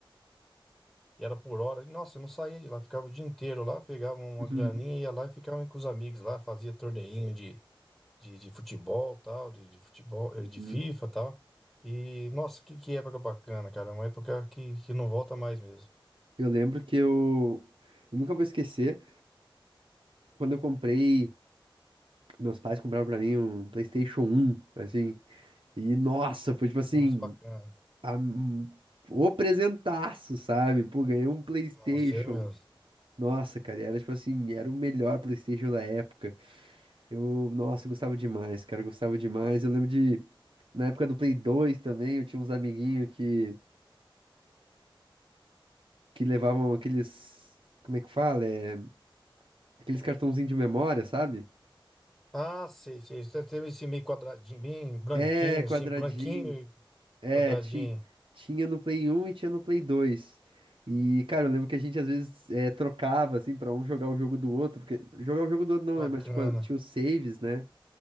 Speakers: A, in the centre; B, on the right.
A: E era por hora. E, nossa, eu não saía de lá, ficava o dia inteiro lá, pegava uma
B: <laughs>
A: graninha, ia lá e ficava com os amigos lá, fazia torneinho de, de, de futebol, tal, de, de futebol, eh, de
B: Uhum.
A: FIFA, tal. E, nossa, que, que época bacana, cara. Uma época que, que não volta mais mesmo.
B: Eu lembro que eu, eu nunca vou esquecer, quando eu comprei. Meus pais compraram pra mim um PlayStation um assim. E nossa, foi tipo assim,
A: Nossa, bacana.
B: a- um- o presentaço, sabe? Pô, ganhei um PlayStation.
A: Nossa, é mesmo.
B: Nossa, cara, e era tipo assim, era o melhor PlayStation da época. Eu, nossa, eu gostava demais, cara, eu gostava demais. Eu lembro de, na época do Play 2 também, eu tinha uns amiguinhos que, que levavam aqueles, como é que fala? É, aqueles cartãozinhos de memória, sabe?
A: Ah, sei, sei. Você teve esse meio quadradinho, bem branquinho,
B: É, quadradinho.
A: assim, branquinho e
B: É,
A: quadradinho.
B: ti- tinha no Play um e tinha no Play dois E, cara, eu lembro que a gente às vezes é, trocava, assim, pra um jogar o jogo do outro, porque jogar o jogo do outro não,
A: Bacana.
B: né? Mas, tipo, tinha os saves, né?